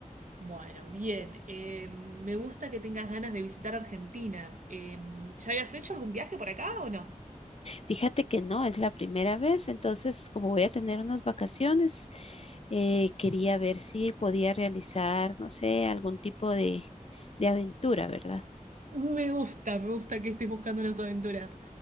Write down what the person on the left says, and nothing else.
Fíjate que no, es la primera vez, entonces como voy a tener unas vacaciones, eh, quería ver si podía realizar, no sé, algún tipo de, de aventura, ¿verdad?